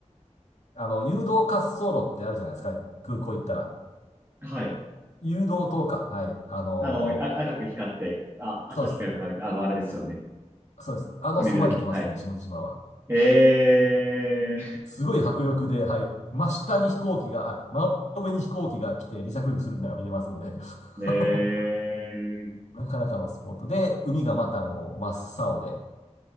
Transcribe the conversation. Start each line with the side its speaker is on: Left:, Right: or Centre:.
Left: あの、誘導滑走路ってあるじゃないですか、空港行ったら。
Right: はい。
Left: 誘導灯か、はい。あの
Right: あの、あ、赤く光って、あ、赤く光るのなんか、
Left: そうです。
Right: あの、あれですよね。
Left: そうです。あのそばに行きますんで、
Right: 降りるときに、はい。
Left: 下地島は。
Right: ええ
Left: すごい迫力で、はい。真下に飛行機が、あ、真上に飛行機が来て離着陸するみたいなのが見れますんで、
Right: <laughs>
Left: <laughs> あの
Right: ええ
Left: なかなかのスポットで、海がまたもう真っ青で、